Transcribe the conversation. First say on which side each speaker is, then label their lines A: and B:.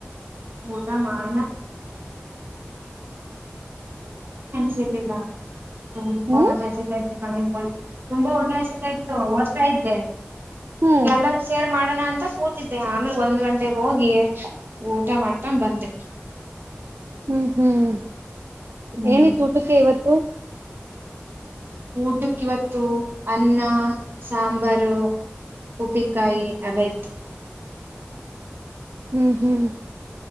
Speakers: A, on the right; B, on the right.
A: ಊದ ಮಾಡ ಅಸಿಲ್ಲ ಹುಂಬ
B: ಹ್ಮ್
A: ಹೊ ಸತ ಇತ್ತು ಕಣಿ ತುಂಬಾ ಹೊಟ್ಟ ಸತ ಇತ್ತು ಹೊರ್ತಾ ಇದ್ದೆ
B: ಹ್ಮ್
A: ಎಲ್ಲಂದ ಸೇರ್ ಮಾಡೋಣ ಅಂತ ಕೂತಿದ್ದೆ ಆಮೇಲೆ ಒಂದ್ ಗಂಟೆೆಗೆ ಹೋಗಿ ಊಟ ಮಾಡ್ಕೊಂಡ್ ಬಂದ
B: ಹ್ಮ್ ಹ್ಮ್
A: ಹ್ಮ್
B: ಏನಿತ್ತು ಊಟಕ್ಕೆ ಇವತ್ತು
A: ಊಟಕ್ಕೆ ಇವತ್ತು ಅನ್ನ ಸಾಂಬಾರು ಉಪ್ಪಿಕಾಯಿ ಅಲೆೈತ್
B: ಹ್ಮ್ ಹ್ಮ್